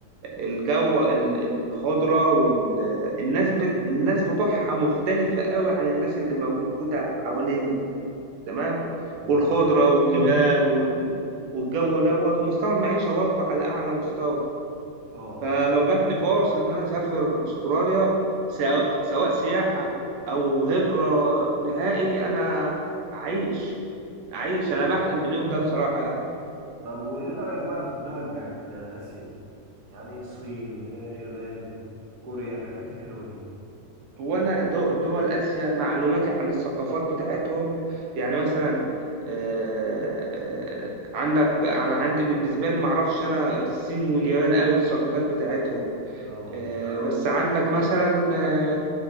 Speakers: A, on the right (about 85°); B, on the right (about 30°).
A: الجو ال- الخضره والناس بت... الناس بتوعها مختلفه قوي عن الناس اللي موجوده حوالينا تمام
B: اه
A: والخضرة والجبال وال... والجو دوت ومستوى المعيشة برضه على أعلى مستوى
B: اه
A: فلو جات لي فرصة إن أنا أسافر أستراليا سواء سواء سياحة أو هجرة نهائي أنا أعيش أعيش
B: اه
A: أنا بحلم باليوم ده بصراحة يعني
B: طب وايه رأيك بقى في الدول بتاعت آسيا يعني الصين اليابان كوريا الحاجات الحلوة دي
A: هو أنا دو- دول آسيا معلوماتي عن الثقافات بتاعتهم يعني مثلا آه، آه، عندك أنا عندي بالنسبة لي معرفش أنا الصين واليابان أوي الثقافات بتاعتهم
B: اه
A: آه، بس عندك مثلا آه،